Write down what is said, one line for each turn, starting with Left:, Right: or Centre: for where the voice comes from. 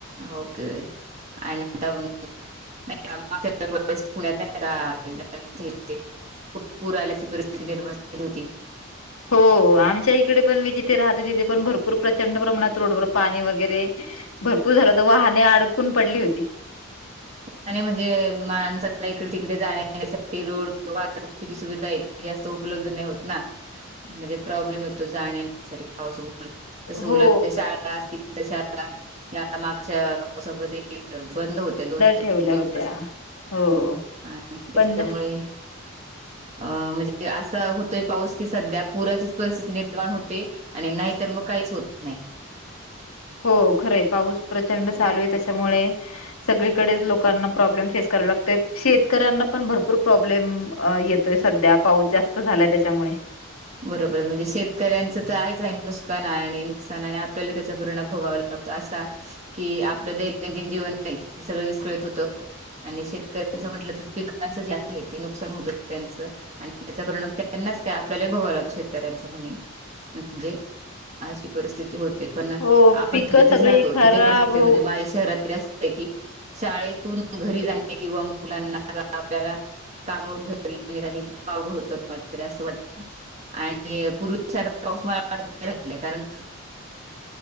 Right: ओके अन <unintelligible> नाही काग पुण्यात नाही का. <unintelligible> खूप पूर आल्याची परिस्थिती निर्माण झाली होती.
Left: हो, आमच्या इकडे पण मी जिथे राहते तिथे पण भरपूर प्रचंड प्रमाणात रोडवर पाणी वगैरे भरपूर
Right: हम्म
Left: झालं होतं, तर वाहने अडकून पडली होती.
Right: आणि म्हणजे माणसाला इकडे-तिकडे जाण्या-येण्यासाठी रोड, वाहतुकीची सुविधा आहे. जास्त उपलब्ध नाही होत ना? म्हणजे प्रॉब्लेम होतो जाण्या-येण्यासाठी पाऊसा तसं
Left: हो
Right: मुलाच्या शाळा असतील तर शाळा, या मागच्या पावसामध्ये एक तर बंद होत्या दोन
Left: ठेवल्या
Right: ते तीन दिवस
Left: होत्या. हो,
Right: आणि त्याच्यामुळे
Left: बंद.
Right: अं म्हणजे असा होतोय पाऊस, की सध्या पुराचीच परिस्थिती निर्माण होते. आणि नाहीतर मग काहीच होत नाही.
Left: हो, खरंय पाऊस प्रचंड चालू आहे. त्याच्यामुळे सगळीकडेच लोकांना प्रॉब्लेम फेस करावं लागतंय शेतकऱ्यांना पण भरपूर प्रॉब्लेम अं येतोय सध्या, पाऊस जास्त झालाय त्याच्यामुळे.
Right: बरोबर आहे, म्हणजे शेतकऱ्यांचं तर आहेच आहे नुसकान आणि नुकसान आणि आपल्याला त्याचा परिणाम भोगावा ला होतो असा, की आपलं दैनंदिन जीवन आहे ते सगळं विस्कळीत होतं. आणि शेतकऱ्यांचं म्हटलं, तर पिकांचं जे आहे ते नुकसान होतं त्यांचं. आणि त्याचा परिणाम त्यांनाच काय, आपल्यालाही भोगावा लागतो शेतकऱ्यांचा म्हणे. म्हणजे अशी परिस्थिती होते. पण
Left: हो
Right: आपण
Left: पिकं
Right: जिथेच
Left: सगळी
Right: राहातो
Left: खराब
Right: तिथे परिस्थिती
Left: हो
Right: म्हणजे माझ्या शहरातली पैकी शाळेतून घरी जाणे किंवा मुलांना, आपल्याला कामावरून घरी येताना, खूप अवघड होतं. मला तरी असं वाट आणि पूर्वी सारखा पाऊस, मला वाटतं नाही राहीला. कारण